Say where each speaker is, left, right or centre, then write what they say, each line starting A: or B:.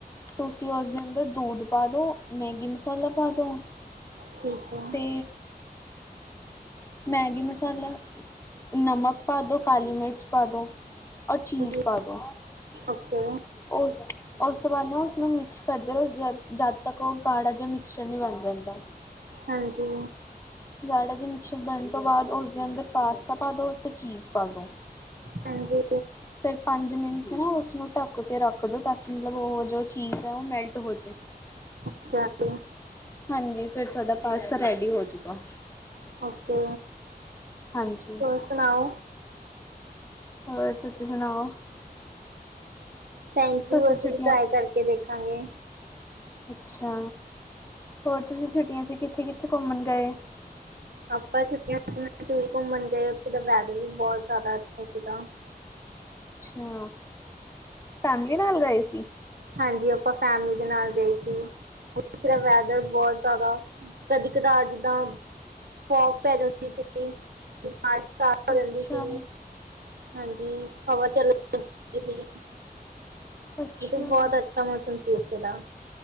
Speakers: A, on the left; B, on the right.
A: ਤੁਸੀਂ ਉਸਦੇ ਅੰਦਰ ਦੂਧ ਪਾ ਦਿਉ। ਮੈਗੀ ਮਸਾਲਾ ਪਾ ਦੋ
B: ਠੀਕ ਹੈ
A: ਤੇ ਮੈਗੀ ਮਸਾਲਾ। ਨਮਕ ਪਾ ਦਿਉ ਕਾਲੀ ਮਿਰਚ ਪਾ ਦਿਉ ਔਰ ਚੀਜ਼
B: ਜੀ
A: ਪਾ ਦਿਉ।
B: ਓਕੇ।
A: ਉਸ ਉਸ ਤੋਂ ਬਾਅਦ ਨਾ ਉਸਨੂੰ ਮਿਕਸ ਕਰਦੇ ਰਹੋ ਜ ਜਦ ਤੱਕ ਉਹ ਗਾੜਾ ਜਿਹਾ ਮਿਕਸਚਰ ਨਹੀਂ ਬਣ ਜਾਂਦਾ।
B: ਹਾਂਜੀ।
A: ਗਾੜਾ ਜ ਮਿਕਸਰ ਬਣਨ ਤੋਂ ਬਾਦ ਉਸਦੇ ਅੰਦਰ ਪਾਸਤਾ ਪਾ ਦੋ ਤੇ ਚੀਜ਼ ਪਾ ਦੋ।
B: ਹਾਂਜੀ।
A: ਫੇਰ ਪੰਜ ਮਿੰਟ ਨਾ ਉਸਨੂੰ ਢੱਕ ਕੇ ਰੱਖ ਦੋ ਤਾਂ ਕਿ ਮਤਲਬ ਓ ਹੋਜੇ। ਚੀਜ਼ ਐ ਓ ਮੈਲਟ ਹੋਜੇ।
B: ਅੱਛਾ ਤੇ।
A: ਹਾਂਜੀ ਫਿਰ ਤੁਹਾਡਾ ਪਾਸਤਾ ਰੈਡੀ ਹੋਜੂਗਾ।
B: ਓਕੇ
A: ਹਾਂਜੀ।
B: ਹੋਰ ਸੁਣਾਓ।
A: ਹੋਰ ਤੁਸੀਂ ਸੁਣਾਓ।
B: ਥੈਂਕ
A: ਤੁਸੀਂ
B: ਯੂ ਅਸੀਂ
A: ਛੁੱਟੀਆਂ
B: ਵੀ ਟਰਾਈ ਕਰਕੇ ਦੇਖਾਂਗੇ।
A: ਅੱਛਾ ਹੋਰ ਤੁਸੀਂ ਛੁੱਟੀਆਂ ਚ ਕਿੱਥੇ ਕਿੱਥੇ ਘੁੰਮਣ ਗਏ।
B: ਆਪਾਂ ਛੁੱਟੀਆਂ ਚ ਮੰਸੁਰੀ ਘੁੰਮਣ ਗਏ ਓਥੇ ਦਾ ਵੇਦਰ ਵੀ ਬਹੁਤ ਜ਼ਿਆਦਾ ਅੱਛਾ ਸੀਗਾ।
A: ਅੱਛਾ, ਫੈਮਲੀ ਨਾਲ ਗਏ ਸੀ।
B: ਹਾਂਜੀ ਆਪਾਂ ਫੈਮਿਲੀ ਦੇ ਨਾਲ ਗਏ ਸੀ ਓਥੇ ਦਾ ਵੇਦਰ ਬਹੁਤ ਜ਼ਿਆਦਾ ਕਦੀ ਕਦਾਰ ਜਿੱਦਾਂ ਫੋਕ ਪੈ ਜਾਂਦੀ ਸੀ ਮਾਰ ਸ ਹੋ
A: ਅੱਛਾ
B: ਜਾਂਦੀ ਸੀ। ਹਾਂਜੀ ਹਵਾ ਚੱਲਣ ਲੱਗੀ ਸੀ।
A: ਅੱਛਾ
B: ਮਤਲਬ ਬਹੁਤ ਅੱਛਾ ਮੌਸਮ ਸੀ ਉੱਥੇ ਦਾ